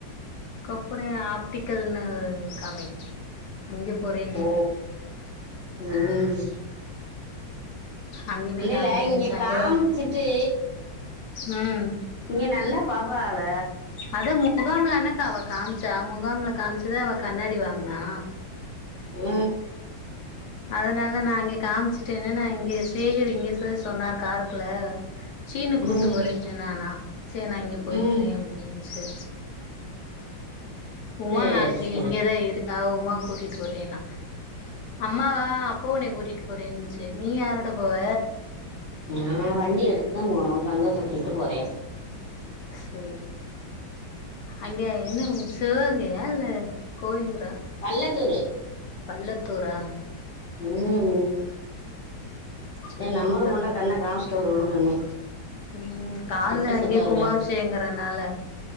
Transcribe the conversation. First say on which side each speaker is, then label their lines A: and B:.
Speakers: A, on the left; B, on the left.
A: கோப்பன்னு ஆப்டிக்கல்னு காமி அங்கே போரே
B: ஓ ம்
A: அங்க போய்
B: இல்லல்ல
A: காமிக்கிறேன்னுச்சு
B: இங்க
A: அங்கதா
B: காம்ச்சுட்டு
A: ம்
B: இங்கே நல்லா பாப்பாகள
A: அத முகாம்ல எனக்கா அவ காம்ச்சா முகாம்ல காம்ச்சுதா அவ கண்ணாடி வாங்னா
B: ஓ
A: அதனால நா அங்கே காமிச்சுட்டேன்னு நா இங்கே சேகரு இங்கே தா சொன்னார் காரக்குல சீனு கூட்டு
B: ம்
A: போறேன் சொன்னானா சேர் நா இங்கே போய்க்கிறே
B: ம்
A: அப்டின்ட்டு உமா
B: சேரி
A: நாளைக்கி
B: சேரி
A: இங்கதா இருக் அவ உமா கூட்டிட்டு போறேன்னா அம்மாவா அப்பா உன்ய கூட்டிட்டு போரேன்ச்சு நீ யாரோட போவ
B: நா வண்டி எடுத்துதா போனு சந்தோஷ கூட்டிட்டு போறே
A: சேர் அங்கே என்ன சிவகங்கையா இல்ல கோயிலூரா
B: பல்லத்தூரு
A: பல்லத்தூரா
B: ம்
A: சரிக்கா
B: ஏ நம்மளு கொண்டே கண்ண காம்ச்சிட் வருவோன் சொன்னே
A: ம் கால்ல
B: திட்டத்து
A: அங்கேயே
B: பார்வ
A: கும்பாபிஷேயகங்கறனால